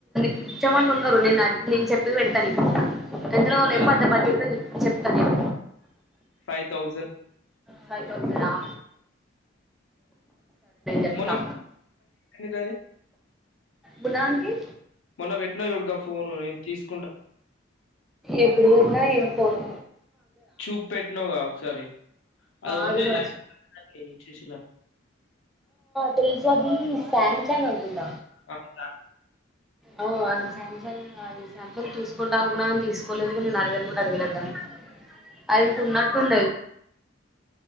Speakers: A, in the centre; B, on the left.
A: స్విచ్ అవ్వళకున్నారు నేను నాకి నేను చెప్ప పెడతా నీకు ఎంతలో
B: ఎంతలా
A: కావాలో చెప్పు అంత బడ్జెట్ చెప్తా నేను
B: ఫైవ్ థౌజండ్
A: ఫైవ్ తౌసండ్ ఆ చెప్తా
B: మన ఎందుకది
A: మున్నా ఆంటీ
B: మన పెట్న చూడు క ఫోన్ తీసు
A: ఎప్పుడన్నా ఏ పోను
B: చూప పెట్న ఒకసారి
A: అది
B: ఓన్లీ
A: మ
B: లైన్ కొట్టడానికే ఇచ్చేసిల్లంట
A: పజది స సామ్సంగ్ అనుంట
B: ఆ <inaudible>
A: ఓ శామ్సంగ్ ఈ శామ్సంగ్ తీసుకుంటా అనుకున్నా తీసుకోలేదుగా నేను అడిగను కూడా అడగలేద్దాన్ని అది తున్నట్ండ